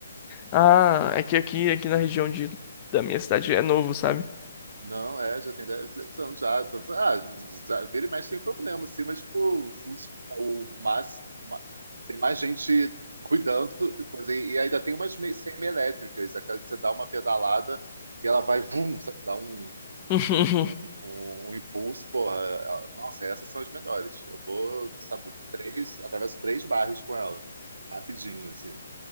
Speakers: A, on the left; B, on the right.
A: Ah, é que aqui, aqui na região de, da minha cidade é novo, sabe?
B: Não, é, já tem dez dez anos já. Tô- ah, já, vira e mexe tem problema, assim, mas, tipo, funciona. O mas, ma- tem mais gente cuidando, <laughs> de coisa, e, e ainda tem umas me- semi-elétricas, aquela que você dá uma pedalada e ela vai, vum, sabe, dá um,
A: <laughs>
B: um, um um impulso, porra. ela- Nossa, essas são as melhores. Eu vou, sabe, três, atravesso três bairros com ela, rapidinho, assim.